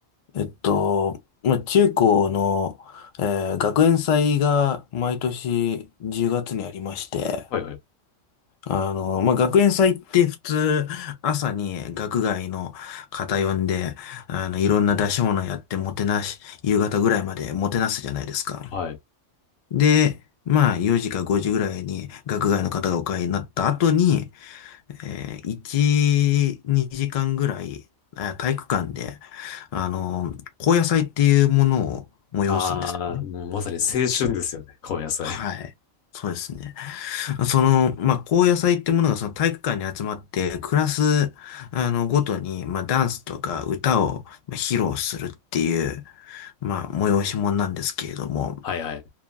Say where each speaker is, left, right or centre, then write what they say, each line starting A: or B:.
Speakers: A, on the left (about 55°); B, on the left (about 85°).
A: えっと、まあ、中高の、えー学園祭が毎年10月にありまして、
B: はいはい。
A: あの、まあ、学園祭って普通、朝に学外の方呼んで、あの、いろんな出し物やってもてなし、夕方ぐらいまでもてなすじゃないですか。
B: はい。
A: で、まあ、4時か5時ぐらいに学外の方がお帰りになった後に、えー、1、2時間ぐらい、あ体育館で、あの、高野祭っていうものを催すんですよね。
B: ああ、もうまさに青春ですよね。高野菜。
A: はい。
B: <laughs>
A: そうですね。その、まあ、高野祭ってものがその体育館に集まって、クラス、あの、ごとに、まあ、ダンスとか歌をまあ披露するっていう、まあ、催し物なんですけれども、
B: はいはい。